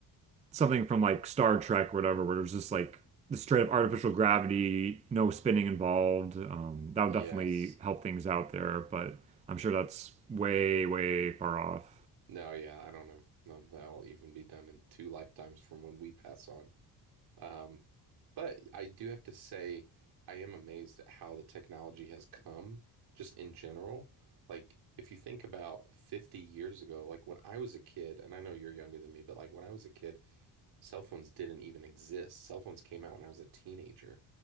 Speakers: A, on the right (about 20°); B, on the right (about 75°).
A: something from like Star Trek or whatever where there's just like the straight up artificial gravity, no spinning involved. Um, that
B: Yes.
A: would definitely help things out there, but I'm sure that's way, way far off.
B: No, yeah, I don't know. No, that'll even be done in two lifetimes from when we pass on. Um, but I do have to say, I am amazed at how the technology has come just in general. Like, if you think about 50 years ago, like when I was a kid, and I know you're younger than me, but like when I was a kid, cell phones didn't even exist. Cell phones came out when I was a teenager.